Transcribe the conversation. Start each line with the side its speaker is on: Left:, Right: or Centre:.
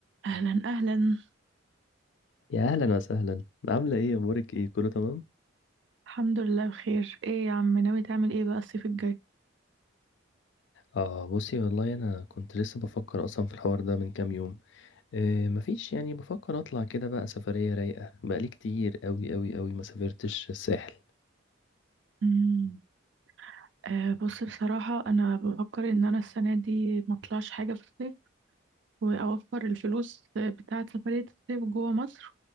Right: اهلا اهلا
Left: يا اهلا وسهلا عامله ايه اخبارك ايه كله تمام
Right: الحمد لله بخير ايه يا عم ناوي تعمل ايه بقى الصيف الجاي
Left: اه بصي والله انا كنت لسه بفكر اصلا في الحوار ده من كام يوم إيه مفيش يعني بفكر اطلع كده بقى سفريه رايقه بقالي كتير قوي قوي قوي ما سافرتش الساحل
Right: امم آه بص بصراحة انا بفكر ان انا السنة دي ما اطلعش حاجة في الصيف واوفر الفلوس بتاعة سفرية الصيف جوه مصر